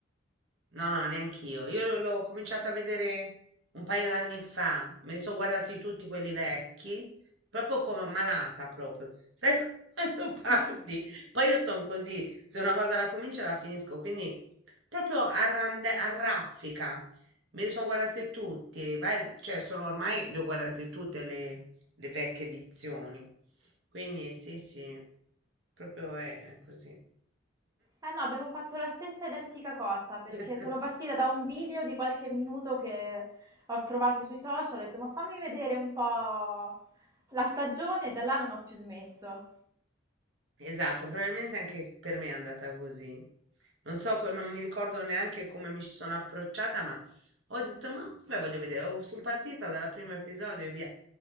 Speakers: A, on the right (about 75°); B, on the right (about 20°).
A: No, no, neanch'io. Io l'ho l'ho cominciata a vedere un paio d'anni fa. Me li sono guardati tutti quelli vecchi, proprio come malata proprio. Sai <laughs> quando parti?
B: <laughs>
A: Poi io sono così, se una cosa la comincio la finisco, quindi proprio a rande- a raffica. Me li sono guardati tutti, vari- cioè sono ormai le ho guardate tutte le, le vecchie edizioni. Quindi sì, sì, proprio è così.
B: Eh no, abbiamo fatto la stessa identica cosa perché
A: <laughs>
B: sono partita da un video di qualche minuto che ho trovato sui social, ho detto ma fammi vedere un po' la stagione e da là non ho più smesso.
A: Esatto, probabilmente anche per me è andata così. Non so, co- non mi ricordo neanche come mi ci sono approcciata, ma ho detto, ma ora voglio vedere, oh, sono partita dal primo episodio e via.